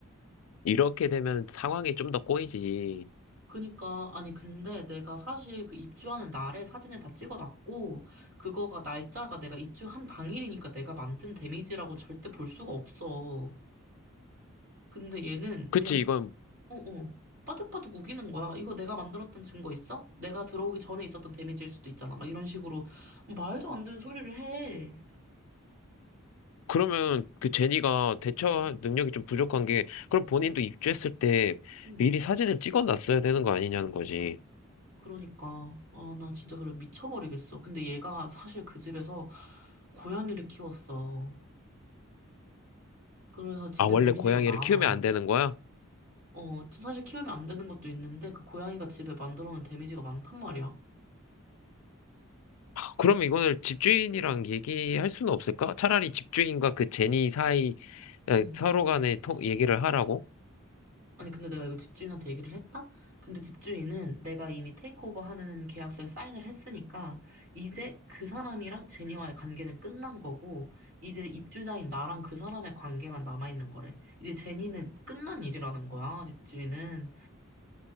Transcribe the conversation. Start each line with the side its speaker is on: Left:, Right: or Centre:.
Left: 이렇게 되면 상황이 좀 더 꼬이지.
Right: 그니까, 아니, 근데 내가 사실 그 입주하는 날에 사진을 다 찍어놨고, 그거가 날짜가 내가 입주한 당일이니까 내가 만든 데미지라고 절대 볼 수가 없어. 근데 얘는
Left: 그치,
Right: 그냥,
Left: 이건.
Right: 어어, 빠득빠득 우기는 거야. 이거 내가 만들었던 증거 있어? 내가 들어오기 전에 있었던 데미지일 수도 있잖아. 막 이런 식으로 말도 안 되는 소리를 해.
Left: 그러면 그 제니가 대처
Right: 응,
Left: 능력이 좀 부족한 게, 그럼 본인도
Right: 응.
Left: 입주했을 때
Right: 응.
Left: 미리 사진을 찍어놨어야 되는 거 아니냐는 거지.
Right: 그러니까, 아, 나 진짜 그래 미쳐버리겠어. 근데 얘가 사실 그 집에서 고양이를 키웠어. 그래서 집에
Left: 아, 원래
Right: 데미지가
Left: 고양이를
Right: 많아.
Left: 키우면 안 되는 거야?
Right: 어, 사실 키우면 안 되는 것도 있는데, 그 고양이가 집에 만들어 놓은 데미지가 많단 말이야.
Left: 그러면 이거는 집주인이랑 얘기할 수는 없을까? 차라리 집주인과 그 제니 사이, 에,
Right: 음.
Left: 서로 간에 톡 얘기를 하라고?
Right: 아니, 근데 내가 이걸 집주인한테 얘기를 했다? 근데 집주인은 내가 이미 테이크오버 하는 계약서에 사인을 했으니까, 이제 그 사람이랑 제니와의 관계는 끝난 거고, 이제 입주자인 나랑 그 사람의 관계만 남아있는 거래. 이제 제니는 끝난 일이라는 거야, 집주인은.